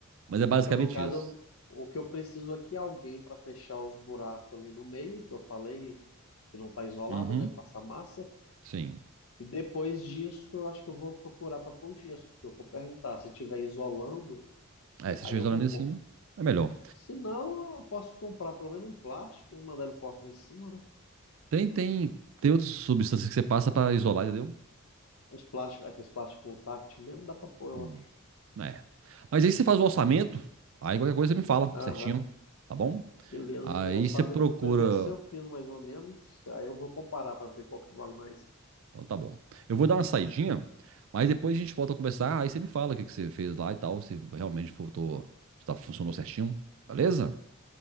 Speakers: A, on the right; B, on the left.
A: Mas é basicamente
B: Então, no caso,
A: isso.
B: o que eu preciso aqui é alguém para fechar os buracos ali no meio, que eu falei que não está isolado,
A: Uhum.
B: né? Passar massa.
A: Sim.
B: E depois disso, eu acho que eu vou procurar para pôr o gesso. Eu vou perguntar se tiver isolando,
A: É, se
B: aí
A: tiver
B: eu
A: isolando
B: vou pôr.
A: em cima, é melhor.
B: Se não, eu posso comprar pelo menos um plástico e mandar ele colocar em cima, né?
A: Tem, tem, tem outras substâncias que você passa pra isolar, entendeu?
B: Os plásticos, aqueles plásticos táctil mesmo, dá pra pôr, eu
A: Hum,
B: acho.
A: é. Mas aí você faz o orçamento, aí qualquer coisa você me fala
B: Aham,
A: certinho, tá bom?
B: beleza.
A: Aí
B: O orçamento
A: você procura
B: do PVC eu fiz mais ou menos. Aí eu vou comparar pra ver qual que vale mais.
A: Então tá bom. Eu vou dar uma saidinha, mas depois a gente volta a conversar. Aí você me fala o que que você fez lá e tal, se realmente voltou, se tá- funcionou certinho. Beleza?